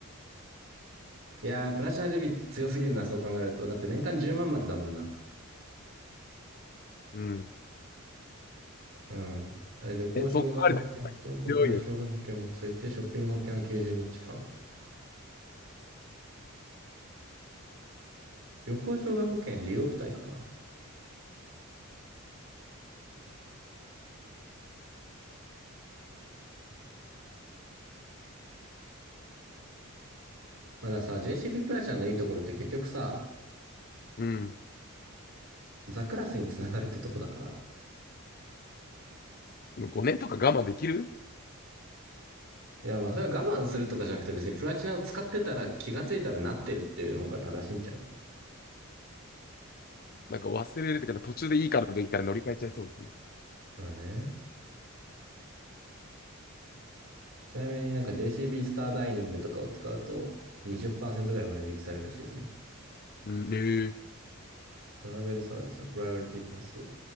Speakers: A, on the right; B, on the left.
A: いやー、プラチナデビット強すぎるな、そう考えると。だって年間10万まんまでだもんな。
B: うん。
A: うん。あれ旅行障害保険と国内障害保険もついて、
B: え、そこまで強いよ。
A: ショッピング保険は90日間。旅行障害保険利用付帯かな。まださ、JCB プラチナのいいところって結局さ、
B: うん。
A: ザクラスにつながるってとこだから。
B: でも5年とか我慢できる
A: いや、まあそれは我慢するとかじゃなくて別にプラチナを使ってたら気がついたらなってるっていうの方が正しいんちゃう。
B: なんか忘れるっていうか、途中でいいカードできたら乗り換えちゃいそうですね。
A: まあね。ちなみになんか JCB スターダイニングとかを使うと20%ぐらい割引されるらしいですね。
B: うん、えー、
A: トラベルサービスはプライオリティパス、